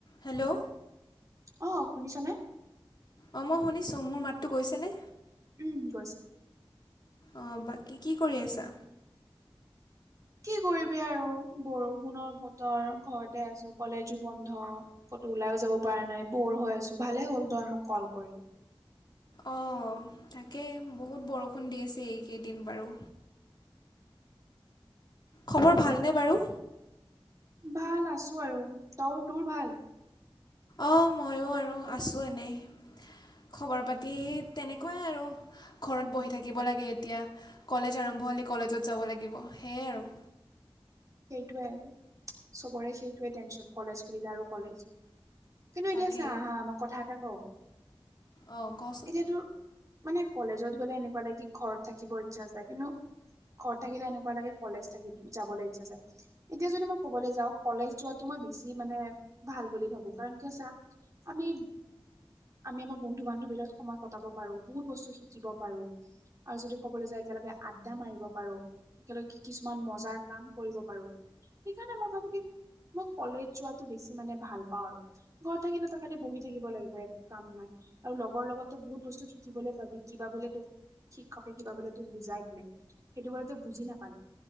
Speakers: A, on the left; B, on the right.
A: Hello
B: অ শুনিছ নে?
A: অঁ মই শুনিছোঁ, মোৰ মাতটো গৈছেনে?
B: উম গৈছে?
A: অ বাকী কি কৰি আছা?
B: কি কৰিবি আৰু বৰষুণৰ বতৰ ঘৰতে আছো। কলেজো বন্ধ। ক'তো ওলাইও যাব পৰা নাই, বৰ হৈ আছো। ভালে হ'ল তই মোক কল কৰিলি।
A: অ তাকে বহুত বৰষুণ দি আছে এইকেইদিন বাৰু। খবৰ ভালনে বাৰু?
B: ভাল আছোঁ আৰু, তই তোৰ ভাল?
A: অঁ ময়ো আৰু আছোঁ এনেই। খবৰ পাতি তেনেকুৱাই আৰু। ঘৰত বহি থাকিব লাগে এতিয়া। কলেজ আৰম্ভ হ'লে কলেজত যাব লাগিব সেয়াই আৰু।
B: সেইটোৱে, চবৰে সেইটোৱে টেনচন। কলেজ খুলিলে আৰু কলেজ কিন্তু
A: তাকেই
B: এতিয়া চা হা, মই কথা এটা কওঁ?
A: অঁ কচোন
B: এতিয়াতো মানে কলেজত গ'লে এনেকুৱা লাগে কি ঘৰত থাকিব ইচ্ছা যায়, কিন্তু ঘৰত থাকিলে এনেকুৱা লাগে কলেজ থাকি যাবলে ইচ্ছা যায়। এতিয়া যদি মই ক'বলে যাওঁ কলেজ যোৱাটো মই বেছি মানে ভাল বুলি ভাবো। কাৰণ কিয় চা আমি আমি আমাৰ বন্ধু-বান্ধৱীৰ লগত সময় কটাব পাৰো। বহুত বস্তু শিকিব পাৰো। আৰু যদি ক'বলে যায় একেলগে আড্ডা মাৰিব পাৰো, একেলগে কিছুমান মজাৰ কাম কৰিব পাৰো সেইকাৰণে মই ভাবো কি মই কলেজ যোৱাটো বেছি মানে ভাল পাওঁ আৰু। ঘৰত থাকিলে তই খালি বহি থাকিব লাগিব একো কাম নাই। আৰু লগৰ লগত তই বহুত বস্তু শিকিবলৈ পাবি, কিবা বোলে তোক শিক্ষকে কিবা বোলে তোক বুজাই দিলে, সেইটো বোলে তই বুজি নাপালি